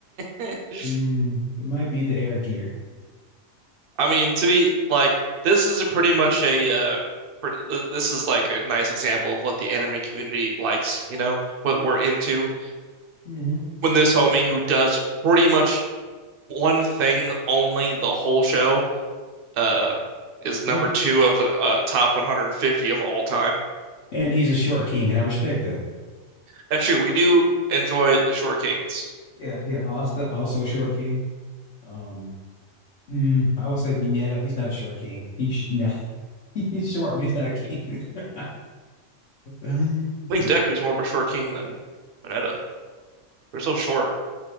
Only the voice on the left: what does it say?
Mm, it might be the air gear.
Mm-hmm.
And,
and he's a short king, and I respect that.
Yeah, yeah. Asta also a short king. Um, mm, I would say Mineta. He's not a short king. He's no, <laughs> he's short, but he's not a king. <laughs> Um,